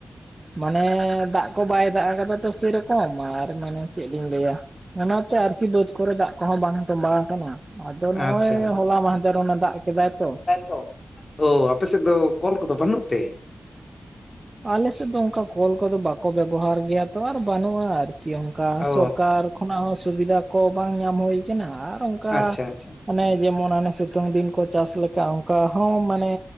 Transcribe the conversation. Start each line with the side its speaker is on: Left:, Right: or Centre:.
Right: ᱢᱟᱱᱮ ᱫᱟᱜ ᱠᱚ ᱵᱟᱭ ᱫᱟᱜ ᱟᱠᱟᱫᱟ ᱛᱚ, ᱥᱮᱨᱚᱠᱚᱢ ᱟᱨ ᱢᱟᱱᱮ ᱪᱮᱫ ᱞᱤᱧ ᱞᱟᱹᱭᱟ ᱚᱱᱟᱛᱮ ᱟᱨᱠᱤ ᱵᱟᱹᱫ ᱠᱚᱨᱮ ᱫᱟᱜ ᱠᱚᱦᱚᱸ ᱵᱟᱝ ᱛᱚᱸᱵᱟ ᱟᱠᱟᱱᱟ ᱾ ᱟᱫᱚ ᱱᱚᱜᱼᱚᱭ
Left: ᱟᱪᱪᱷᱟ
Right: ᱦᱚᱞᱟ ᱢᱟᱫᱷᱮᱨ ᱚᱱᱟ ᱫᱟᱜ ᱠᱮᱫᱟᱭ ᱛᱚ
Left: <inaudible> ᱚ ᱟᱯᱮ ᱥᱮᱫ ᱫᱚ ᱠᱚᱞ ᱠᱚᱫᱚ ᱵᱟᱹᱱᱩᱜ ᱛᱮ?
Right: ᱟᱞᱮᱥᱮᱫ ᱫᱚ ᱚᱱᱠᱟ ᱠᱚᱞ ᱠᱚᱫᱚ ᱵᱟᱠᱚ ᱵᱮᱵᱚᱦᱟᱨ ᱜᱮᱭᱟ ᱛᱚ ᱟᱨ ᱵᱟᱹᱱᱩᱜᱼᱟ ᱟᱨᱠᱤ ᱚᱱᱠᱟ
Left: ᱚ
Right: ᱥᱚᱨᱠᱟᱨ ᱠᱷᱚᱱᱟᱜ ᱦᱚᱸ ᱥᱩᱵᱤᱫᱷᱟ ᱠᱚ ᱵᱟᱝ ᱧᱟᱢ ᱦᱩᱭ ᱠᱟᱱᱟ ᱟᱨ ᱚᱱᱠᱟ
Left: ᱟᱪᱪᱷᱟ ᱟᱪᱪᱷᱟ
Right: ᱚᱱᱮ ᱡᱮᱢᱚᱱ ᱢᱟᱱᱮ ᱥᱤᱛᱩᱝ ᱫᱤᱱ ᱠᱚ ᱪᱟᱥ ᱞᱮᱠᱟ ᱚᱱᱠᱟ ᱦᱚᱸ ᱢᱟᱱᱮ